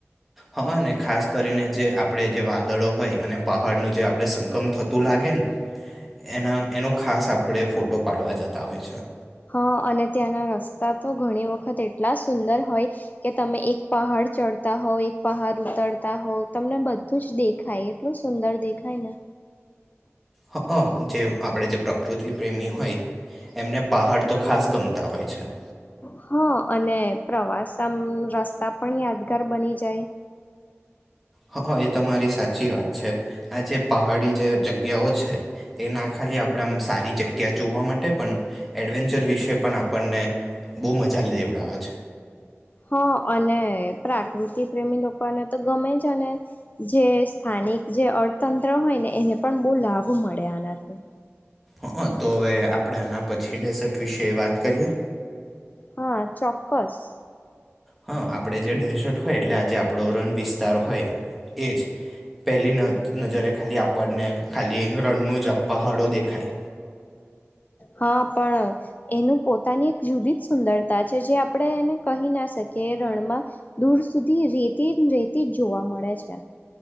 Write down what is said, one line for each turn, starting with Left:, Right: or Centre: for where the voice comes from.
Centre: હા, ને ખાસ કરીને જે આપ આપણે જે વાદળો હોય અને પહાડનું જે આપડે સંગમ થતું લાગે ને, એના એનો ખાસ આપણે ફોટો પાડવા જતા હોય છે.
Left: હા, અને ત્યાંના રસ્તા તો ઘણી વખત એટલા સુંદર હોય કે તમે એક પહાડ ચડતા હોવ, એક પહાડ ઉતરતા હોવ, તમને બધું જ દેખાય એટલું સુંદર દેખાય ને.
Centre: હ, હ, જેમ. આપણે જે પ્રકૃતિ પ્રેમી હોય, એમને પહાડ તો ખાસ ગમતા હોય છે.
Left: હા અને પ્રવાસ આમ રસ્તા પણ યાદગાર બની જાય.
Centre: હા હા, એ તમારી સાચી વાત છે. આજે પહાડી જે જગ્યાઓ છે, એ ના ખાલી આપણે આમ સારી જગ્યા જોવા માટે પણ એડવેન્ચર વિશે પણ આપણને બહુ મજા દેવડાવે છે.
Left: હા, અને પ્રાકૃતિ પ્રેમી લોકોને તો ગમે જ, અને જે સ્થાનિક જે અર્થતંત્ર હોય ને એને પણ બહુ લાભ મળે એનાથી.
Centre: હ, તો હવે આપણે આના પછી ડેઝર્ટ વિશે વાત કરીએ.
Left: હા, ચોક્કસ.
Centre: હા, આપડે જે ડેસર્ટ હોય એટલે આજે આપડો રણ. વિસ્તાર હોય. એ જ પહેલી નજરે ખાલી આપ આપણને ખાલી રણનું જ પહાડો દેખાય.
Left: હા, પણ એનું પોતાની એક જુદી જ સુંદરતા છે, જે આપણે એને કહી ના શકીએ. એ રણમાં દૂર સુધી રેતી જ રેતી જ જોવા મળે છે.